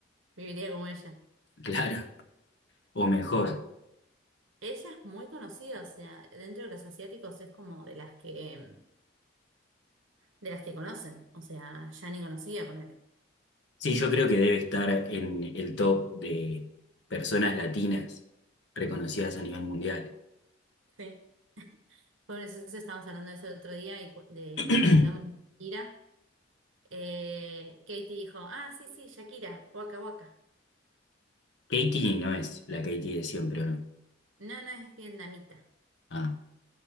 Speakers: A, on the right (about 80°); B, on the left (about 60°).
A: viviría como ella.
B: Claro, o mejor.
A: Ella es muy conocida, o sea, dentro de los asiáticos es como de las que, em, de las que conocen, o sea, ya ni conocía ponerle.
B: Sí, yo creo que debe estar en el top de personas latinas reconocidas a nivel mundial.
A: Sí. Por eso eso estábamos hablando de eso el otro día y cu- de
B: <clears throat>
A: cuando hablamos de Shakira, eh, Katie dijo, ah, sí, sí, Shakira, Waka Waka.
B: Katie no es la Katie de siempre, ¿o no?
A: No, no es vietnamita.
B: Ah,